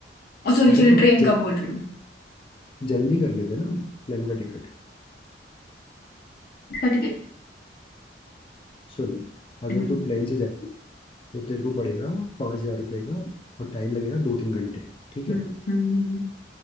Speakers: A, on the left (about 55°); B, on the left (about 30°).
A: ओ सॉरी
B: अरे
A: सॉरी
B: तो
A: ट्रेन
B: जल,
A: का बोल रही हूँ
B: जल्दी कर लेते ना प्लेन का टिकट
A: उसका टिकट
B: सुन अगर
A: हम्म
B: तू प्लेन से जाएगी तो तेरे को पड़ेगा पाँच हजार रुपये का और टाइम लगेगा दो तीन घंटे ठीक
A: हम्म
B: है
A: हम्म, हम्म।